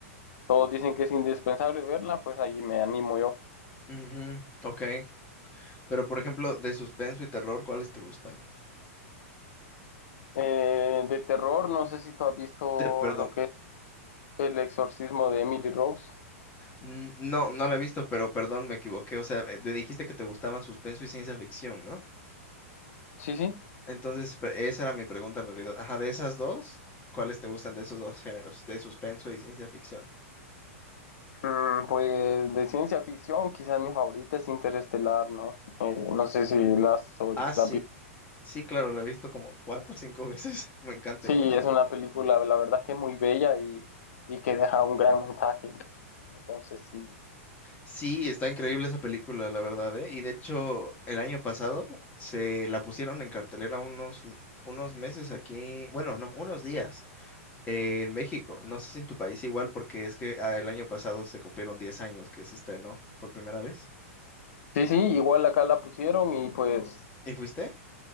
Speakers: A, on the left; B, on the left.
A: todos dicen que es indispensable verla, pues ahí me animo yo.
B: ujú, ok. Pero, por ejemplo, de suspenso y terror, ¿cuáles te gustan?
A: Eh, de terror, no sé si tú has visto
B: De- perdón,
A: lo que es El exorcismo de Emily Rose.
B: n- no, no la he visto, pero perdón, me equivoqué. O sea, eh, te dijiste que te gustaban suspenso y ciencia ficción, ¿no?
A: Sí, sí.
B: Entonces, pe- esa era mi pregunta en realidad. Ajá, de esas dos, ¿cuáles te gustan de esos dos géneros, de suspenso y ciencia ficción?
A: Mm, pues de ciencia ficción, quizás mi favorita es Interestelar, ¿no? Eh, no sé si las
B: Ah, sí,
A: la,
B: sí, claro, la he visto como cuatro o cinco veces. <laughs> Me encanta
A: Sí,
B: igual.
A: es una película, la verdad que es muy bella y, y que deja un gran mensaje. ¿no? Entonces, sí.
B: Sí, está increíble esa película, la verdad, ¿eh? Y de hecho, el año pasado se la pusieron en cartelera unos, unos meses aquí, bueno, no, unos días eh, en México. No sé si en tu país igual, porque es que ah, el año pasado se cumplieron 10 años que se estrenó por primera vez.
A: Sí, sí, igual acá la pusieron y pues
B: ¿Y fuiste?